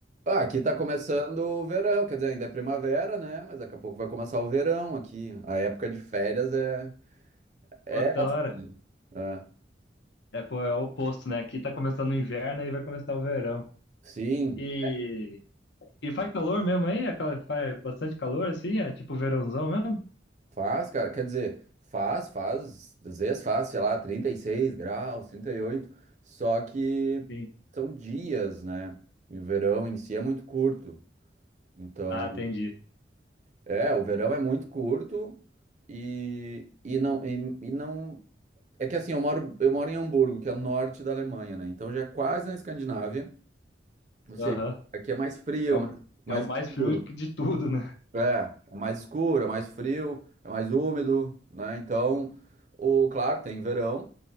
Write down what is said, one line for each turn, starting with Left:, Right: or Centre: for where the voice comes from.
Right: ah, aqui tá começando o verão, quer dizer, ainda é primavera, né? Mas daqui a pouco vai começar o verão aqui. A época de férias é é
Left: Ó que da
Right: assim.
Left: hora.
Right: Ah,
Left: É, pô, é o oposto, né? Aqui tá começando o inverno e vai começar o verão.
Right: sim,
Left: E E faz calor mesmo aí? É Faz bastante calor assim? É tipo verãozão mesmo?
Right: faz, cara. Quer dizer, faz, faz, às vezes faz, sei lá, 36 graus, 38. só que
Left: Sim.
Right: são dias, né? E o verão em si é muito curto. Então,
Left: Ah, entendi.
Right: é, o verão é muito curto e, e não e, e não é que assim, eu moro eu moro em Hamburgo, que é o norte da Alemanha, né? Então já é quase na Escandinávia, ou seja,
Left: Aham.
Right: aqui é mais frio,
Left: É o,
Right: mais, mais
Left: é o mais frio
Right: escuro.
Left: de tudo, né?
Right: É, é mais escuro, é mais frio, é mais úmido, né? Então, o claro, tem verão,